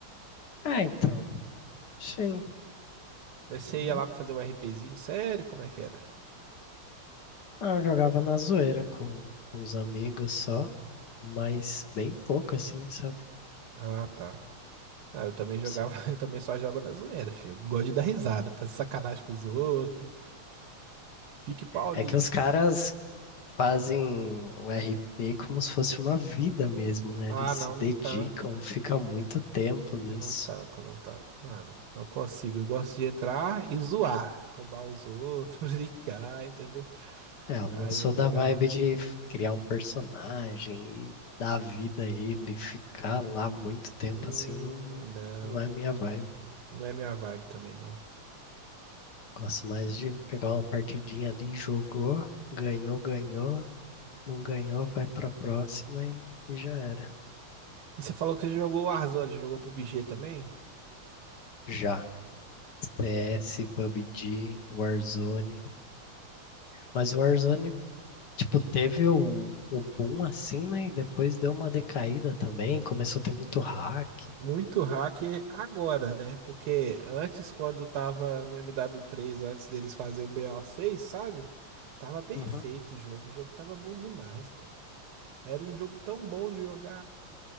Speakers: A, on the left; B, on the right.
A: Ah, então. Sim.
B: Daí você
A: Não,
B: ia lá pra fazer o RPzinho? Sério? Como é que era?
A: ah, eu jogava na zoeira com, com os amigos só, mas bem pouco assim, sabe?
B: Ah, tá. Ah, eu também jogava,
A: Só.
B: <laughs> eu também só jogo na zoeira, filho. Eu Gosto de dar risada, fazer sacanagem com os outros. Fique Paulinho.
A: É que os caras fazem o RP como se fosse uma vida mesmo, né?
B: Ah,
A: Eles
B: não,
A: se dedicam,
B: não tanco.
A: fica muito tempo nisso.
B: Eu não tanco, eu não tanco, mano. Não consigo. Eu gosto de entrar e zoar, roubar os outros, <laughs> brincar, entendeu?
A: É, eu
B: Aí
A: não sou
B: é legal.
A: da vibe de f- criar um personagem e dar vida a ele, ficar lá muito tempo
B: Hum,
A: assim, não,
B: não.
A: não é minha vibe.
B: Não é minha vibe também, não.
A: Gosto mais de pegar uma partidinha ali, jogou, ganhou, ganhou, não ganhou, vai pra próxima e, e já era.
B: E você falou que você jogou Warzone, jogou PUBG também?
A: Já. CS, PUBG, Warzone. Mas o Warzone, tipo, teve o, o boom assim, né? E depois deu uma decaída também, começou a ter muito hack.
B: Muito hacker agora, né? Porque antes, quando tava no MW3, antes deles fazer o BO6, sabe? Tava perfeito
A: Uhum.
B: o jogo, o jogo tava bom demais, pô. Era um jogo tão bom de jogar,